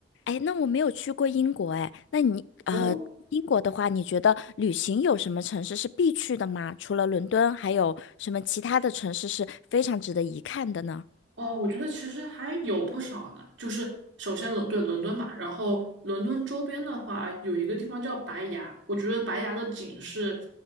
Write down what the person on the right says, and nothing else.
哦
哦，我觉得其实还有不少呢。就是首先伦对伦敦嘛，然后伦敦周边的话，有一个地方叫白崖，我觉得白崖的景是